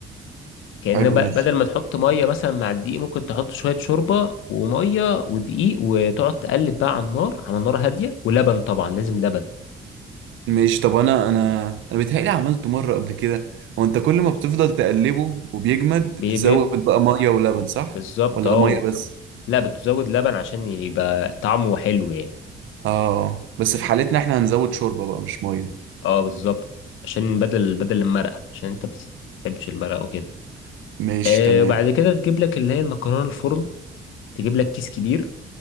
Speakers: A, on the left; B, on the right.
A: كأن
B: حلو
A: ب-
B: ماشي
A: بدل ما تحط ميه مثلا مع الدقيق ممكن تحط شويه شوربه وميه ودقيق وتقعد تقلب بقى على النار على نار هاديه ولبن طبعا لازم لبن
B: ماشي طب انا انا انا بيتهيألي عملته مرة قبل كده هو انت كل ما بتفضل تقلبه وبيجمد
A: بي
B: تزود
A: بي
B: بقى مية ولبن صح
A: بالظبط
B: ولا
A: اه
B: مية بس
A: لا بتزود لبن عشان يبقى طعمه حلو يعني
B: اه بس في حالتنا احنا هنزود شوربة بقى مش مية
A: اه بالظبط عشان بدل بدل المرقه عشان انت بس تحبش المرقة وكده
B: ماشي
A: آه
B: تمام
A: وبعد كده تجيب لك اللي هي المكرونه الفرن تجيب لك كيس كبير